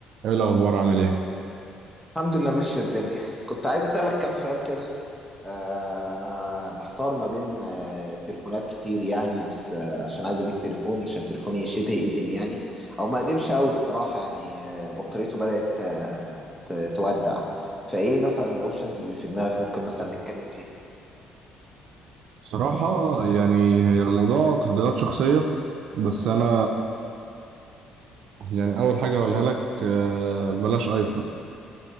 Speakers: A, on the right; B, in the centre.
A: ايه الاخبار عامل ايه
B: الحمد لله ماشية الدنيا كنت عايز أسألك كام سؤال كده آه أنا محتار ما بين آه تليفونات كتير يعني بس آه عشان عايز أجيب تليفون عشان تليفوني شبه قديم يعني أو ما قديمش أوي الصراحة يعني آه بطاريته بدأت آه ت- تودع فإيه مثلا الأوبشنز اللي في دماغك ممكن مثلا نتكلم فيها
A: صراحة يعني هي الموضوع تفضيلات شخصية بس انا يعني اول حاجة اقولها لك آه، بلاش ايفون